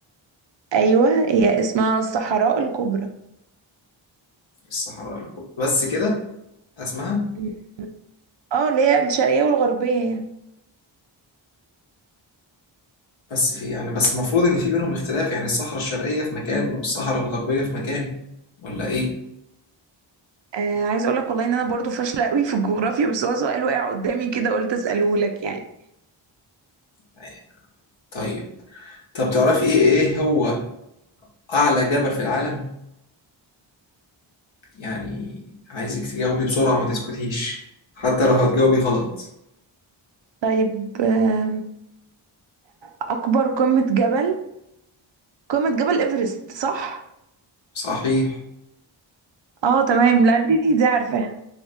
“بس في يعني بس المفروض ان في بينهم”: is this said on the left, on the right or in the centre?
Left